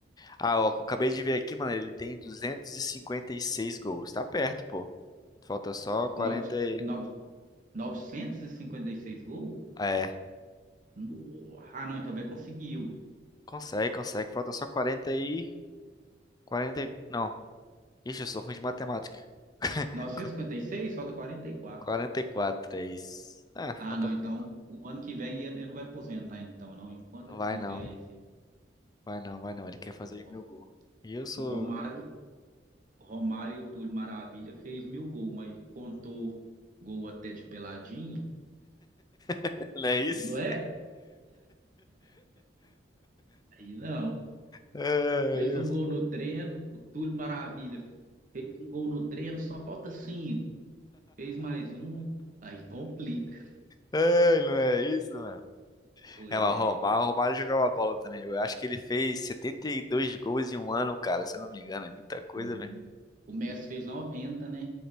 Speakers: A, on the left (about 20°); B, on the right (about 45°).
A: Ah, ó, acabei de ver aqui, mano, ele tem duzentos e e cinquenta e seis gols. Tá perto, pô. Falta só quarenta.
B: nove
A: e...
B: nove 956 gols?
A: É,
B: No- Ah, não, então vai conseguir. ué.
A: consegue, consegue. Falta só 40 e... 40. e... Não. Ixi, eu sou ruim de matemática.
B: 956,
A: Qu-
B: falta 44.
A: 44, é isso. É,
B: Ah,
A: falta
B: não,
A: pouco.
B: então o ano que vem ele, ele não vai aposentar, então, não. Enquanto
A: Vai
B: não fizer
A: não,
B: esse.
A: vai não, vai não. Ele quer fazer
B: Nossa.
A: os mil gols. E eu sou...
B: O Romário, o Romário e o Túlio Maravilha fez mil gols, mas contou gol até de peladinha,
A: <laughs> Não é isso?
B: não é? Aí não.
A: É,
B: Fez
A: eu...
B: um gol no treino, o Túlio Maravilha. Fez um gol no treino, só falta cinco. Fez mais um, aí complica.
A: é, não é isso, mano.
B: Foi,
A: É, mas
B: é,
A: o Romário, o Romário jogava bola também. Eu acho que ele fez 72 gols em um ano, cara, se eu não me engano. É muita coisa,
B: não-
A: velho.
B: O Messi fez noventa né?